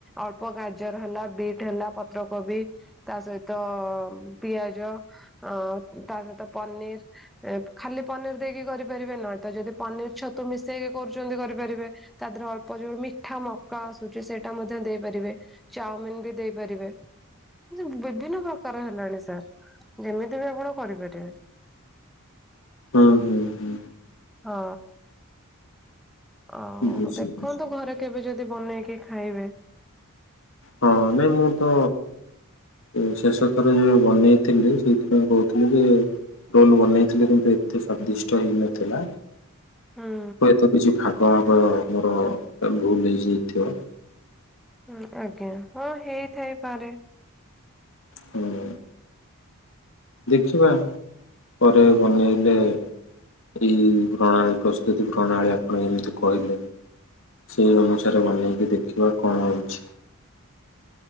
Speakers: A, in the centre; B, on the left.
A: ଅଳ୍ପ ଗାଜର ହେଲା, ବିଟ୍ ହେଲା, ପତ୍ରକୋବି, ତା ସହିତ ପିଆଜ ଅଁ ତା ସହିତ ପନିର ଏଁ ଖାଲି ପନିର ଦେଇକି କରିପାରିବେ ନାହିଁ ତ ଯଦି ପନିର ଛତୁ ମିଶେଇକି କରୁଛନ୍ତି କରିପାରିବେ ତା ଧିରେ ଅଳ୍ପ ଯୋଉ ମିଠା ମକା ଆସୁଛି ସେଇଟା ମଧ୍ୟ ଦେଇ ପାରିବେ ଚାଉମିନ ବି ଦେଇପାରିବେ। ଯୋଉ ବିଭିନ୍ନ ପ୍ରକାର ହେଲାଣି ସାର୍ ଯେମିତି ବି ଆପଣ କରିପାରିବେ।
B: ହୁଁ, ହୁଁ, ହୁଁ।
A: ହଁ, ଆଉ
B: ବୁଝିଲି
A: ଦେଖନ୍ତୁ ଘରେ କେବେ ଯ ଦି ବନେଇକି ଖାଇବେ।
B: ହଁ, ନାଇଁ ମୁଁ ତ ଏ ଶେଷ ଥର ଯୋଉ ବନେଇଥିଲି ସେଇଥିପାଇଁ କହୁଥିଲି ଯେ ରୋଲ୍ ବନେଇଥିଲି କିନ୍ତୁ ଏତେ ସ୍ଵାଦିଷ୍ଟ ହେଇନଥିଲା।
A: ହୁଁ।
B: ହୁଏତ କିଛି ଭାଗ ମାପ ମୋର ଭୁଲ ହେଇଯାଇଥିବ।
A: ହଁ, ଆଜ୍ଞା, ହଁ, ହେଇଥାଇପାରେ।
B: ହୁଁ। ଦେଖିବା ପରେ ବନେଇଲେ। ଏଇ ପ୍ରଣାଳୀ ପ୍ରସ୍ତୁତି ପ୍ରଣାଳୀ ଆପଣ ଯେମିତି କହିଲେ। ସେହି ଅନୁସାରେ ବନେଇକି ଦେଖିବା କ'ଣ ହେଉଛି।